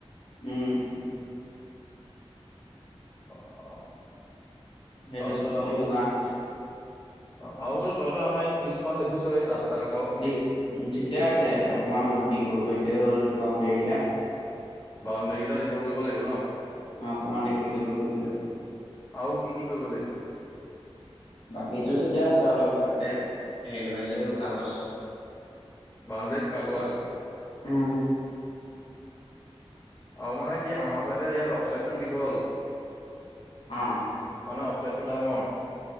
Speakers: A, on the left (about 60°); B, on the left (about 25°).
A: উম।
B: অ অ অ।
A: সেইটো
B: তাৰপিছত আৰু
A: সেইটো কাৰ
B: অ আৰুতো তইতো আমাৰ। পিছখন দেখিছ‌ই ৰাস্তা কাষত।
A: দে উ ঠিকে আছে অকমান দীঘল কৰি দে হ'ল বাউণ্ডেৰী কেইটা।
B: বাউণ্ডেৰী কেইটা দীঘল কৰিব লাগিব ন।
A: অ অকমান দীঘল দীঘল কৰিলে।
B: আৰু কি কি কৰিব লাগিব
A: বাকীতো ঠিকে আছে অলপ ভালকে হেৰি লগাই দিলে হ'ল কাগজ।
B: বাউণ্ডেৰীত কাগজ
A: বা উম।
B: আৰু মানে কি, আমাৰ চাইডে ইয়াত অফ চাইডটো দীঘল।
A: অ।
B: মানে অফ চাইদটো ডাঙৰ।